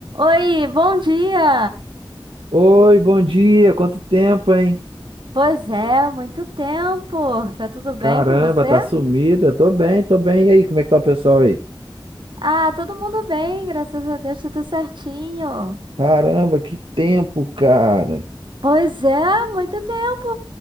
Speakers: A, on the right; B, on the right.
A: Oi, bom dia!
B: Oi, bom dia. Quanto tempo, hein?
A: Pois é, muito tempo. Tá tudo bem
B: Caramba,
A: com você?
B: tá sumida. Tô bem, tô bem. E aí, como é que tá o pessoal aí?
A: Ah, todo mundo bem, graças a Deus, tudo certinho.
B: Caramba, que tempo, cara.
A: Pois é, muito tempo.